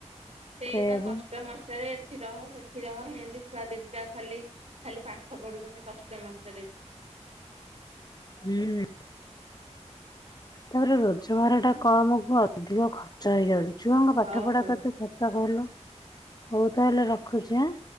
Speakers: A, on the right (about 65°); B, on the left (about 35°).
A: ସେଇତ
B: ସେଇଆ ପା
A: କଷ୍ଟ ମଷ୍ଟରେ। ଏଠି ରହ ସେଠି ରହ ଏମିତି ଛୁଆ ଦିଦିଟା କୁ ଖାଲି। ଖାଲି ପାଠ ପଢୁଛନ୍ତି କଷ୍ଟ ମଷ୍ଟରେ।
B: ହୁଁ। ତାପରେ ରୋଜଗାର ଟା କମ କୁ ଅଧିକ ଖର୍ଚ୍ଚ ହେଇଯାଉଛି ଝୁଅଙ୍କ ପାଠ
A: ହଉ
B: ପଢା
A: ହଉ।
B: କତେ ତ ଭଲ ହଉ ତାହେଲେ ରଖୁଛି ଆଁ